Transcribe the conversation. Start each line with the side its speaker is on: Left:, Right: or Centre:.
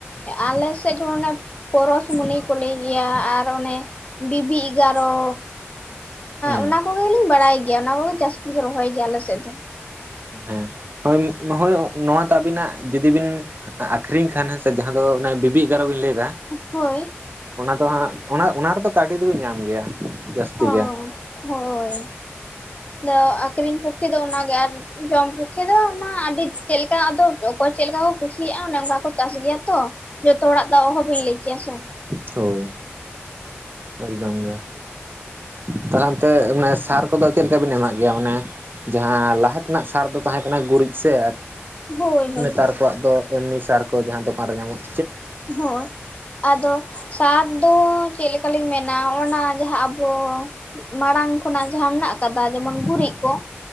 Left: ᱟᱞᱮᱥᱮᱫ ᱚᱱᱮ ᱯᱚᱨᱚᱥᱢᱩᱱᱤ ᱠᱚ ᱞᱟᱹᱭ ᱜᱮᱭᱟ ᱟᱨ ᱚᱱᱮ ᱵᱤᱵᱤ ᱮᱜᱟᱨᱚ᱾
Right: ᱦᱮᱸ᱾
Left: ᱚᱱᱟ ᱠᱚᱜᱮᱞᱤᱧ ᱵᱟᱲᱟᱭ ᱜᱮᱭᱟ ᱚᱱᱟ ᱠᱚᱜᱮ ᱡᱟᱹᱥᱛᱤ ᱠᱚ ᱨᱚᱦᱚᱭ ᱜᱮᱭᱟ ᱟᱞᱮᱥᱮᱫ ᱫᱚ᱾
Right: ᱦᱮᱸ ᱦᱳᱭ ᱦᱳᱭ ᱱᱚᱣᱟ ᱛᱮ ᱟᱵᱤᱱᱟᱜ ᱡᱩᱫᱤ ᱵᱤᱱ ᱟᱠᱷᱨᱤᱧ ᱠᱷᱟᱱ ᱦᱮᱸ ᱥᱮ ᱡᱟᱦᱟᱸ ᱫᱚ ᱵᱤᱵᱤ ᱮᱜᱟᱨᱚ ᱵᱤᱱ ᱞᱟᱹᱭᱮᱫᱟ,
Left: ᱦᱳᱭ᱾
Right: ᱚᱱᱟ ᱫᱚ ᱦᱟᱸᱜ ᱚᱱᱟ ᱚᱱᱟ ᱨᱮᱫᱚ ᱠᱟᱹᱣᱰᱤ ᱫᱚᱵᱤᱱ ᱧᱟᱢ ᱜᱮᱭᱟ ᱡᱟᱹᱥᱛᱤ
Left: ᱚ
Right: ᱜᱮ᱾
Left: ᱦᱳᱭ ᱟᱫᱚ ᱟᱠᱷᱨᱤᱧ ᱯᱚᱠᱠᱷᱮ ᱫᱚ ᱚᱱᱟ ᱜᱮ ᱟᱨ ᱡᱚᱢ ᱯᱚᱠᱠᱷᱮ ᱫᱚ ᱚᱱᱟ ᱟᱹᱰᱤ ᱪᱮᱫᱞᱮᱠᱟ ᱟᱫᱚ ᱚᱠᱚᱭ ᱪᱮᱫᱞᱮᱠᱟ ᱠᱚ ᱠᱩᱥᱤᱭᱟᱜᱼᱟ ᱚᱱᱮ ᱚᱝᱠᱟ ᱠᱚ ᱪᱟᱥ ᱜᱮᱭᱟ ᱛᱚ, ᱡᱚᱛᱚ ᱦᱚᱲᱟᱜ ᱫᱚ ᱚᱦᱚᱵᱤᱱ ᱞᱟᱹᱭ ᱠᱮᱭᱟᱥᱮ᱾
Right: ᱛᱳᱭ ᱮᱠᱫᱚᱢ ᱜᱮ ᱛᱟᱦᱚᱞᱮ ᱚᱱᱛᱮ ᱢᱟᱱᱮ ᱥᱟᱨ ᱠᱚᱫᱚ ᱪᱮᱫ ᱞᱮᱠᱟ ᱵᱤᱱ ᱮᱢᱟᱜ ᱜᱮᱭᱟ ᱢᱟᱱᱮ ᱡᱟᱦᱟᱸ ᱞᱟᱦᱟ ᱛᱮᱱᱟᱜ ᱥᱟᱨ ᱫᱚ ᱛᱟᱦᱮᱸ ᱠᱟᱱᱟ ᱜᱩᱨᱤᱡ ᱥᱮ,
Left: ᱦᱳᱭ ᱦᱳᱭ
Right: ᱱᱮᱛᱟᱨ ᱠᱚᱣᱟᱜ ᱫᱚ ᱮᱢᱱᱤ ᱥᱟᱨ ᱠᱚ ᱡᱟᱦᱟᱸ ᱫᱚᱠᱟᱱ ᱨᱮ ᱧᱟᱢᱚᱜᱼᱟ᱾
Left: ᱦᱳᱭ ᱟᱫᱚ ᱥᱟᱨ ᱫᱚ ᱪᱮᱫ ᱞᱮᱠᱟ ᱞᱤᱧ ᱢᱮᱱᱟ ᱚᱜᱱᱟ ᱡᱟᱦᱟᱸ ᱟᱵᱚ ᱛᱚ ᱢᱟᱲᱟᱝ ᱠᱷᱚᱱᱟᱜ ᱡᱟᱦᱟᱸ ᱢᱮᱱᱟᱜ ᱟᱠᱟᱫᱟ ᱡᱮᱢᱚᱱ ᱜᱩᱨᱤᱡ ᱠᱚ